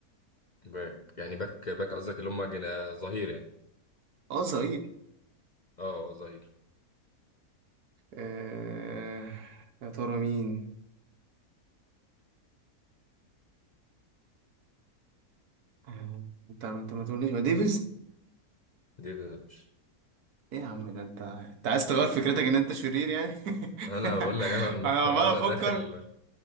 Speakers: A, on the left; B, on the right.
A: باك يعني باك باك قصدك اللي هم جنا- ظهير يعني
B: اه صغير
A: اه آه، ظهير
B: آه... يا ترى مين آه، انت ما انت ما تقوليش ما ديفيز
A: دي مش
B: ايه يا عم ده انت انت عايز تغير فكرتك ان انت شرير يعني
A: انا
B: <laughs>
A: بقول لك انا
B: انا عمال
A: <laughs>
B: افكر
A: انا داخل